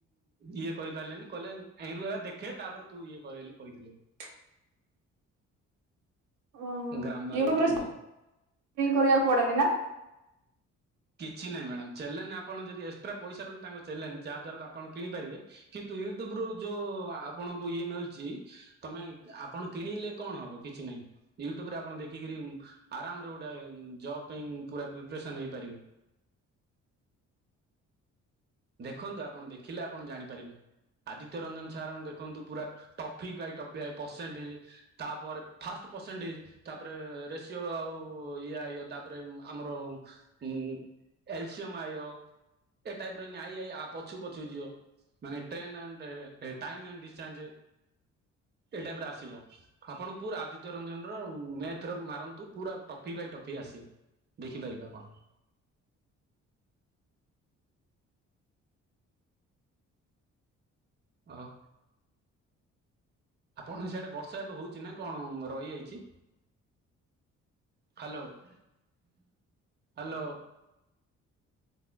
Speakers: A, on the right (about 35°); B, on the right (about 75°).
A: ଇଏ କରିପାରିଲେନି କହିଲେ ଆଇରୁ ଆ ଦେଖେ ତାପରେ ତୁ ଇଏ କରେ ବଲି କହିଥିଲେ।
B: <inaudible> ଓଁ ହ
A: ଗ୍ରାମାର
B: ୟୁରେ
A: ଏତେ
B: <unintelligible>
A: ମୁଁ ଜାଣିନି।
B: କରିବାଆକୁ ପଡନ୍ତିି ନା!
A: କିଛି ନାହିଁ ମ୍ୟାଡ଼ାମ ଚେଲେନ୍ ଆଣ ଯଦି ଏକ୍ସଟ୍ରା ପଇସା ରହୁଛି, ତାଙ୍କ ଚେଲେନ୍ ଯାହା ଦ୍ୱାରା ଆପଣ କିଣିପାରିବେ କିନ୍ତୁ ୟୁଟ୍ୟୁବ ରୁ ଯୋଉ ଆପଣଙ୍କୁ ଇଏ ମିଳୁଛି, ତମେ ଆପଣ କିଣିଲେ କଣ ହବ କି କିଛି ନାହିଁ। ୟୁଟ୍ୟୁବରେ ଆପଣ ଦେଖିକ ଆରାମ ଗୋଟେ ଜବ ପାଇଁ ପୁର ପ୍ରିପସ ହେଇପାରିବେ
B: ଆ
A: ଦେଖନ୍ତୁ ଆପଣ ଦେଖିଲେ ଆପଣ ଜାଣିପାରିବେ! ଆଦିତ୍ୟ ରଞ୍ଜନ ସାରଙ୍କୁ ଦେଖନ୍ତୁ ପୁରା ଟଫି ବାଇ ଟିସେଣ୍ଟ ତାପରେ ଫା ପସେଣ୍ଟ ହେଇ ତାପରେ ରେସିଓ ଆଉ ଇ ତାପରେ ଆମର ଉ ଏଲସିିୟମ ଆ ଏ ଟାଇପ ର ଆଇ ଆ ପଛୁ ପଛୁ ଯିିବ ମାନେ ଟ୍ରେନ୍ ଟାଇମ୍ ଡିସ୍ଚାର୍ଜ ଏଇ ଟାଇପରେ ଆସିବ ଆପଣ ପୁର ଆଦିତ୍ୟ ରଞ୍ଜନର ମ୍ୟାଥ ର ମାରନ୍ତୁ ପୁରା ଟଫି ବାଇ ଟଫି ଆସେ ଦେଖିପାରିବା କଣ
B: <inaudible>
A: ଓ ହ। ଆପଣଙ୍କ ସେଆଡେ ବର୍ଷା ଏବେ ହଉଛି ନା କଣ ରହିଯାଇଛି? Hello hello!